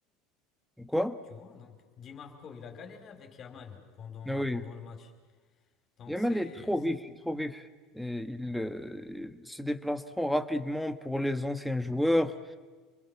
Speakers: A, in the centre; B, on the left (about 40°).
A: Quoi?
B: Tu vois, donc, Di Marco, il a galéré avec Yamal pendant,
A: Ah Oui.
B: pendant le match. Donc,
A: Yamal
B: c'est,
A: est trop vif, trop vif. Et il, euh, il se déplace trop rapidement pour les anciens joueurs.